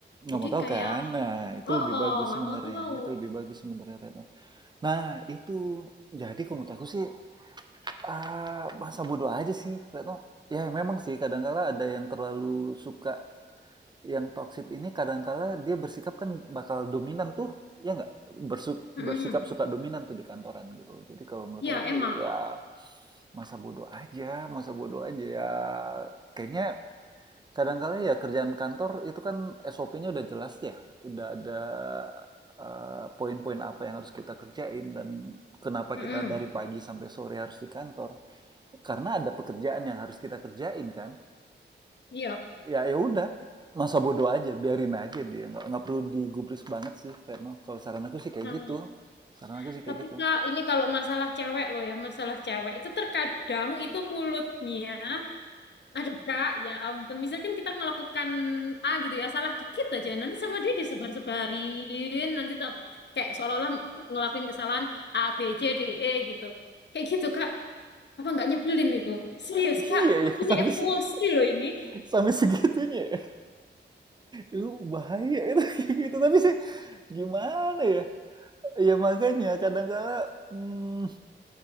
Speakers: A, on the right; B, on the left.
A: Nggak
B: Jadi
A: mau tahu
B: kayak
A: kan? Nah, itu
B: oh
A: lebih
B: oh,
A: bagus
B: nggak
A: sebenarnya.
B: mau tahu.
A: Itu lebih bagus sebenarnya Retno. Nah, itu jadi kalau menurut aku sih ah, masa bodoh aja sih Retno. Ya memang sih kadangkala ada yang terlalu suka yang toksit ini kadangkala dia bersikap kan bakal dominan tuh. Ya nggak? Bersu-
B: Mm-mm.
A: bersikap suka dominan tuh di kantoran gitu. Jadi kalau menurut
B: Iya
A: aku sih
B: emang.
A: ya masa bodoh aja, masa bodoh aja ya kayaknya kadang-kadang ya kerjaan kantor itu kan SOP-nya udah jelas ya, udah ada eh, poin-poin apa yang harus kita kerjain dan kenapa
B: Mm-mm.
A: kita dari pagi sampai sore harus di kantor. Karena ada pekerjaan yang harus kita kerjain kan.
B: Iya.
A: Ya ya udah, masa bodoh aja, biarin aja dia. Nggak, nggak perlu digubris banget sih, Retno. Kalau saran aku sih kayak
B: Nah,
A: gitu. Saran aku sih kayak
B: tapi
A: gitu.
B: Kak ini kalau masalah cewek loh ya masalah cewek itu terkadang itu mulutnya aduh Kak ya ampun misalkan kita melakukan A gitu ya salah dikit aja nanti sama dia disebar-sebarin nanti tak- kayak seolah-olah ngelakuin kesalahan A B C D E gitu kayak gitu Kak Apa nggak nyebelin itu? Serius,
A: <laughs>
B: Kak,
A: Iya
B: aku
A: ya,
B: ini
A: sampai
B: emosi
A: se-
B: loh ini.
A: sampai segitunya. ya. Itu bahaya itu <laughs> kayak gitu. Tapi sih gimana ya? ya makanya kadangkala, mmm,